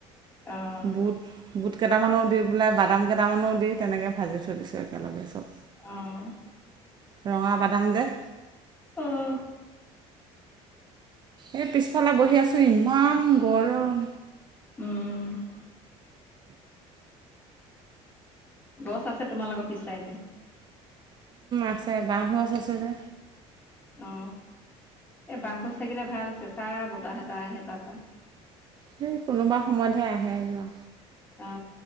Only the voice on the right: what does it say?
বুট বুট কেইটামানৰ দি পিলাই বাদাম কটামানো দি তেনেকৈ ভাজি থৈ দিছোঁ একেলগে চব
ৰঙা বাদাম যে
এই পিছফালে বহি আছো ইমান গৰম
আছে বাঁহ গছ আছে যে
সেই কোনোবা সময়তহে আহে যোৱা